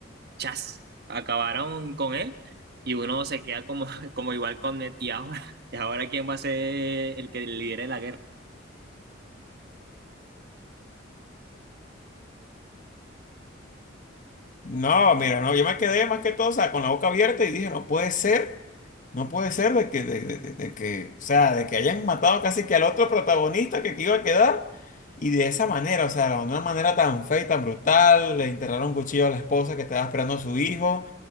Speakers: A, on the right (about 55°); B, on the left (about 45°).
A: chas, acabaron con él y uno se queda como, <laughs> como igual con Ned y ahora, y ahora ¿quién va a ser el que lidere la guerra?
B: No, mira, no, yo me quedé más que todo, o sea, con la boca abierta y dije, no puede ser No puede ser de que, de, de- de- de que, o sea, de que hayan matado casi que al otro protagonista que, que iba a quedar y de esa manera, o sea, de una manera tan fea y tan brutal, le enterraron un cuchillo a la esposa que estaba esperando a su hijo,